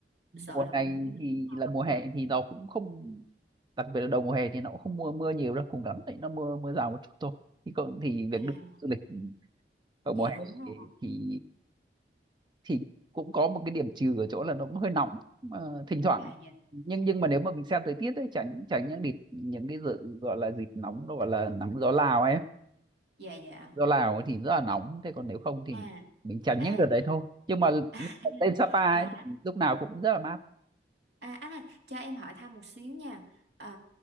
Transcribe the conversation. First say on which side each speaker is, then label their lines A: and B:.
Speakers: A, on the right; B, on the right.
A: Sợ
B: mùa
A: là
B: này
A: cũng cũng nắng
B: thì
A: không
B: là mùa hè thì nó cũng không đặc biệt là đầu mùa hè thì nó cũng không mưa mưa nhiều đâu cùng lắm thì nó mưa mưa rào một chút thôi thì còn thì việc
A: À
B: được du lịch vào
A: dạ
B: mùa hè
A: đúng rồi
B: thì thì thì cũng có một cái điểm trừ ở chỗ là nó cũng hơi nóng mà thỉnh thoảng
A: À dạ
B: nhưng nhưng mà nếu mà mình xem thời tiết ấy tránh tránh những đợt những cái dự, gọi là dịp nóng nó gọi là nắng gió Lào ấy
A: dạ dạ
B: do Lào ấy thì rất là nóng thế còn nếu không thì
A: À
B: mình tránh
A: à,
B: những đợt đấy thôi nhưng mà
A: <laughs>
B: lên Sapa
A: dạ
B: ấy thì lúc nào cũng rất là mát
A: À anh ơi, cho em hỏi thăm một xíu nha. Ờ,